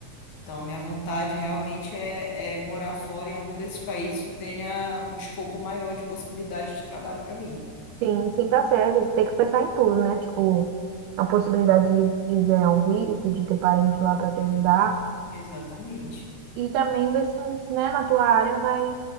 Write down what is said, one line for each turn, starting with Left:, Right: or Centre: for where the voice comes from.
Left: Então, a minha vontade realmente é, é morar fora em algum desses países que tenha um escopo maior de possibilidade de trabalho para mim.
Right: Sim, sim, tá certo. Tem que pensar em tudo, né? Tipo, a possibilidade de, de ganhar um visto, de ter parente lá para te ajudar.
Left: Exatamente.
Right: E também ver se, se, né, na tua área vai,